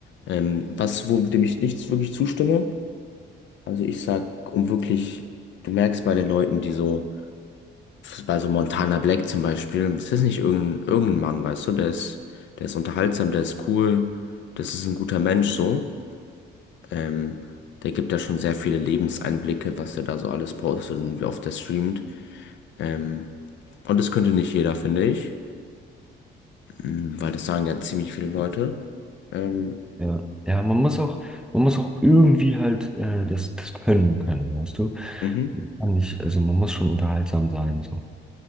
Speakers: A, on the left; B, in the centre.
A: Ähm, was, wo dem ich nichts wirklich zustimme, Also ich sag, um wirklich, du merkst bei den Leuten, die so, bei so Montana Black zum Beispiel, das ist nicht irgendein, irgendein Mann, weißt du, der ist, der ist unterhaltsam, der ist cool, das ist ein guter Mensch so. Ähm, der gibt ja schon sehr viele Lebenseinblicke, was er da so alles postet und wie oft er streamt. Ähm, und das könnte nicht jeder, finde ich, Mm, weil das sagen ja ziemlich viele Leute. Ähm,
B: Ja, ja, man muss auch, man muss auch irgendwie halt äh, das, das können können, weißt du?
A: mhm.
B: Man Kann nicht, also man muss schon unterhaltsam sein, so.